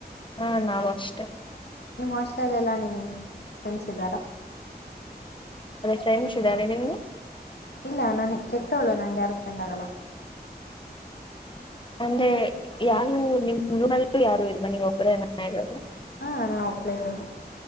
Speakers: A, on the left (about 30°); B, on the left (about 80°).
A: ಹಾ ನಾವವು ಅಷ್ಟೇ
B: ನಿಮ್ ಹಾಸ್ಲೆ ಎಲ್ಲಾ ನಿಮ್ ಸೆನ್ಸಿದಾರ
A: ತೆನ್ಸಿದ್ದಾನೆ ನಿಮಗೆ
B: ಇಲ್ಲ ನನ್ ಕೆಟ್ಟವಳು ನನ್ಗೆ ಯಾರು ಫ್ರೆಂಡ್ಗಗಳ
A: ಅಂದೆ ಯಾರು ನಿಮ ನಲ್ಲೂ ಯಾರು ಇಲ್ವಾ ನೀವು ಒಬ್ಬರೇ ನಾನ ಇರೋದು
B: ಹಾ ನಾ ಒಪ್ಳೇ ಇರೋದು